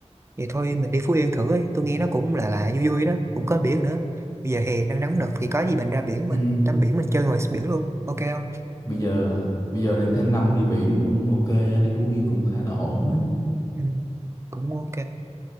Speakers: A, on the right; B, on the left.
A: Vậy thôi mình đi Phú Yên thử ấy, tôi nghe nó cũng là là vui vui đó, cũng có biển nữa. Bây giờ hè đang nóng nực thì có gì mình ra biển
B: ừ
A: mình tắm biển mình chơi ngoài biển luôn, ok không?
B: bây giờ bây giờ đang tháng năm đi biển cũng ok á đi Phú Yên cũng khá là ổn á
A: Ừ, cũng ok.